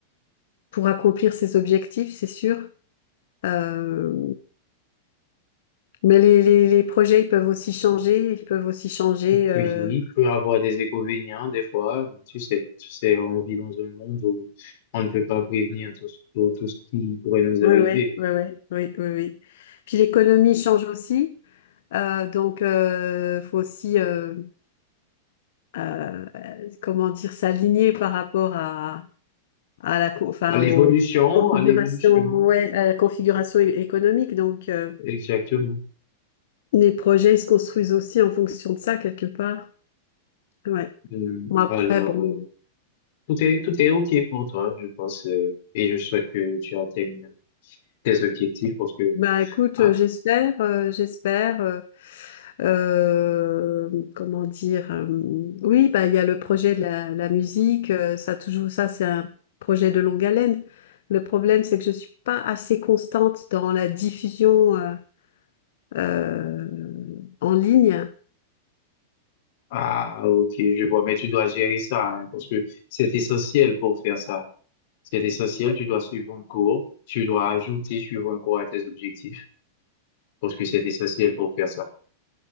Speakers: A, on the left; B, on the left.
A: pour accomplir ses objectifs, c'est sûr. Euh, mais les, les, les projets, ils peuvent aussi changer, ils peuvent aussi changer.
B: Puis,
A: euh,
B: il peut avoir des inconvénients des fois. Tu sais, tu sais, on vit dans un monde où on ne peut pas prévenir tout, ce- tout, tout ce qui pourrait nous
A: oui,
B: arriver.
A: oui, oui, oui, oui, oui, oui. Puis l'économie change aussi, euh, donc euh, faut aussi, euh, euh, comment dire, s'aligner par rapport à, à la, co- enfin,
B: À l'évolution,
A: aux configurations,
B: à l'évolution,
A: ouais, à la configuration é- économique. Donc euh,
B: exactement.
A: les projets, ils se construisent aussi en fonction de ça quelque part. Ouais.
B: Hmm.
A: Bon, après,
B: Alors,
A: bon.
B: euh, tout est, tout est OK pour toi, je pense, euh, et je souhaite que tu atteignes tes objectifs parce que,
A: Bah écoute,
B: ah,
A: euh, j'espère, euh, j'espère. euh, euh, comment dire euh, Oui, bah il y a le projet de la, la musique. euh, ça toujours, ça c'est un projet de longue haleine. Le problème, c'est que je suis pas assez constante dans la diffusion euh, euh, en ligne.
B: ah, OK, je vois, mais tu dois gérer ça, hein, parce que c'est essentiel pour faire ça. C'est essentiel, tu dois suivre un cours, tu dois ajouter suivre un cours à tes objectifs, parce que c'est essentiel pour faire ça.